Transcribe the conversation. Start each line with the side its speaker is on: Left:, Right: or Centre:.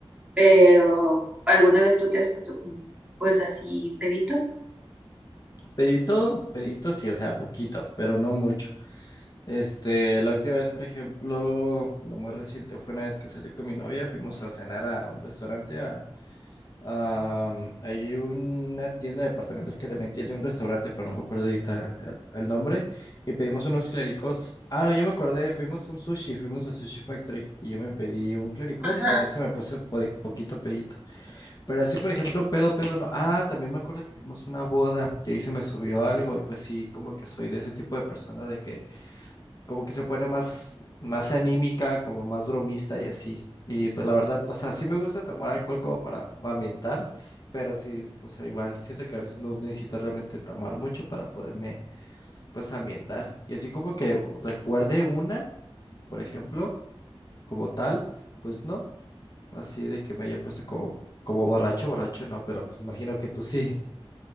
Right: pero ¿alguna vez tú te has puesto como pues así pedito?
Left: Pedito, pedito sí, o sea, poquito, pero no mucho. Este, la última vez, por ejemplo, lo muy reciente fue una vez que salí con mi novia, fuimos a cenar a un restaurante, a, a- mm, hay una tienda departamental que también tiene un restaurante, pero no me acuerdo ahorita el, el nombre, y pedimos unos clericots. Ah, no, ya me acordé, fuimos a un sushi, fuimos a Sushi Factory, y yo me pedí un clericot
Right: Ajá.
Left: y con eso me puse po- poquito pedito. Pero así, por ejemplo, pedo, pedo, no. Ah, también me acuerdo que fuimos a una boda, que ahí se me subió algo, y pues sí, como que soy de ese tipo de persona de que como que se pone más, más anímica, como más bromista y así. Y pues la verdad, o sea, sí me gusta tomar alcohol como para ambientar, pero sí, o sea, igual siento que a veces no necesito realmente tomar mucho para poderme, pues, ambientar. Y así como que recuerde una, por ejemplo, como tal, pues no, así de que me haya puesto como, como borracho, borracho, no, pero pues imagino que tú sí.